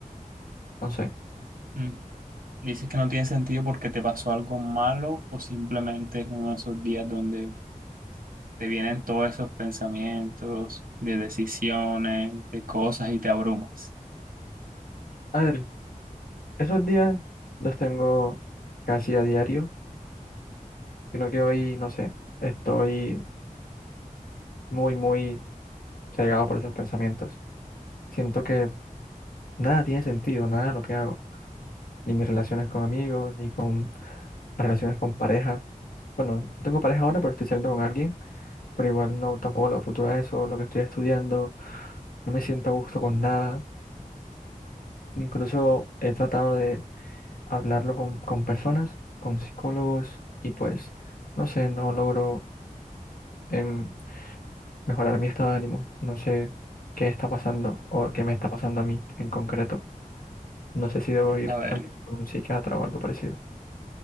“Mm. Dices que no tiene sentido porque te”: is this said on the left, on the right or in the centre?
Right